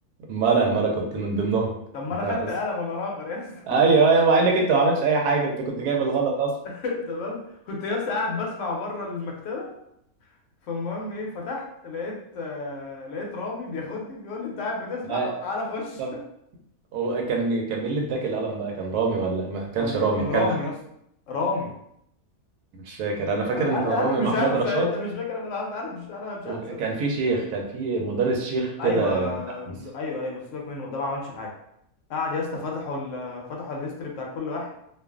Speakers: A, on the right; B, on the left.
A: ما انا ما انا كنت من ضمنهم
B: طب ما
A: بس
B: انا خدت قلم وانا راغر يا اسطى
A: ايوه ايوه مع انك انت ما عملتش اي حاجة انت كنت جايب الغلط اصلا
B: <laughs> تمام كنت يا اسطى قاعد بسمع بره المكتبة فالمهم ايه فتحت لقيت آه لقيت رامي بياخدني بيقول لي انت قاعد بتسمع
A: آه،
B: طب تعالى خش
A: طب وكان كان مين اللي اداك القلم بقى كان رامي ولا ما كانش
B: كان
A: رامي
B: كان
A: كان
B: رامي يا اسطى رامي
A: مش فاكر انا فاكر
B: انا
A: ان كان
B: انا
A: رامي
B: انا مش
A: ومحمود
B: هنسى
A: رشاد
B: انت مش فاكر انا معاه- انا مش انا مش
A: وكان
B: هنسى
A: في شيخ كان في مدرس شيخ كده
B: ايوه
A: لا، بس
B: ايوه ايوه بس سيبك منه ده ما عملش حاجه قعد يا اسطى فتحوا ال... فتحوا الهيستوري بتاع كل واحد